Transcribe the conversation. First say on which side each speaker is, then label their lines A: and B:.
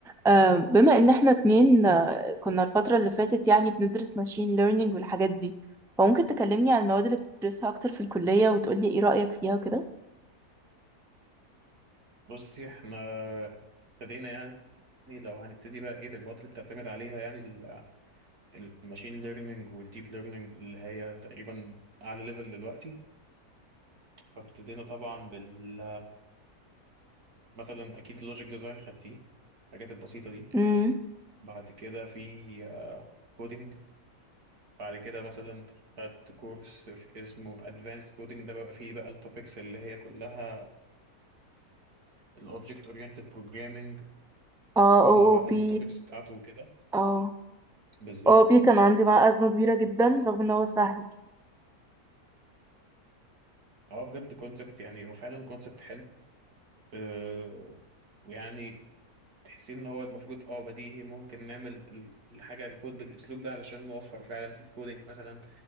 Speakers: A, in the centre; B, on the right.
A: آه، بما ان احنا اتنين آه، كنا الفترة اللي فاتت يعني بندرس ماشين ليرنينج والحاجات دي فممكن تكلمني عن المواد اللي بتدرسها اكتر في الكلية وتقولي ايه رأيك فيها وكده
B: بصي احنا ابتدينا يعني لو هنبتدي بقى ايه بالمواد اللي بتعتمد عليها يعني ال- الماشين ليرنينج والديب ليرنينج اللي هي تقريبا اعلى ليفل دلوقتي فابتدينا طبعا بال مثلا اكيد اللوجيك ديزاين خدتيه الحاجات البسيطة دي
A: امم
B: بعد كده في كودينج بعد كده مثلا خدت كورس في اسمه ادفانسد كودينج ده بقى فيه بقى التوبكس اللي هي كلها الاوبجكت اورينتد بروجرامينج
A: اه
B: كل
A: او
B: بقى
A: او بي
B: التوبكس بتاعته وكده
A: اه
B: بالظبط
A: او بي كان عندي معاه أزمة كبيرة جدا رغم ان هو سهل
B: اه بجد كونسبت يعني هو فعلا كونسبت حلو آه ويعني تحسين ان هو المفروض اه بديهي ممكن نعمل ال- الحاجه الكود بالاسلوب ده علشان نوفر فعلا في الكودينج مثلا